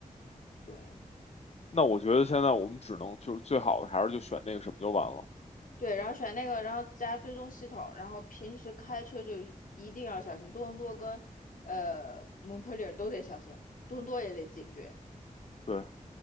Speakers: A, on the left; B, on the left.
A: 对
B: 那我觉得现在我们只能就是最好的还是就选那个什么就完了。
A: 对，然后选那个，然后加追踪系统，然后平时开车就一定要小心，多伦多跟呃蒙特利尔都得小心，多伦多也得警觉，
B: 对，